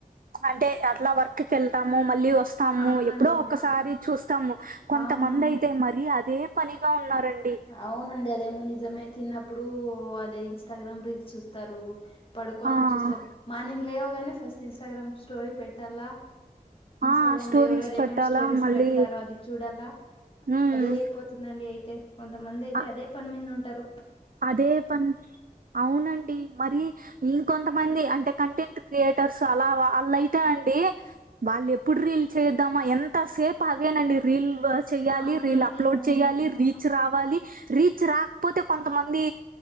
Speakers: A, on the right (about 70°); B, on the left (about 35°).
A: అంటే అట్లా వర్క్ కి ఎళ్తాము మళ్ళీ వస్ స్తాము,
B: అవునండి
A: ఎప్పుడో ఒకసారి చూస్తాము. కొంతమంది
B: అవునవును
A: అయితే మరీ అదే పనిగా ఉన్నారండి.
B: అవునండి అదేమో నిజమే తిన్నప్పుడు అదే ఇన్స్టాగ్రామ్ రీల్స్ చూస్తరు. పడుకోన్నా
A: ఆ!
B: చూస్తారు, మార్నింగ్ లేవగానే ఫస్ట్ ఇన్స్టాగ్రామ్ స్టోరీ పెట్టాలా. ఇన్స్టాగ్రామ్లో
A: ఆ స్టోరీస్
B: ఎవరెవరు
A: పెట్టాలా
B: ఏమేం స్టోరీస్
A: మళ్ళీ
B: పెడతారో అది చూడల
A: ఉమ్
B: అదే అయిపో తుందండి అయితే కొంతమంది అయితే
A: అ
B: అదే పని మీద్నే ఉంటరు.
A: అదే పని అవునండి మరి ఇంకొంతమంది అంటే కంటెంట్ క్రియేటర్స్ అలా అల్లయితే అండి వాళ్ళు ఎప్పుడు రీల్ చేద్దామా ఎంతసేపు అవేనండి రీల్లు. వ చెయ్యాలి,
B: అవునండి
A: రీల్ అప్లోడ్
B: అవునవునవును
A: చేయాలి, రీచ్ రావాలి, రీచ్ రాకపోతే కొంతమంది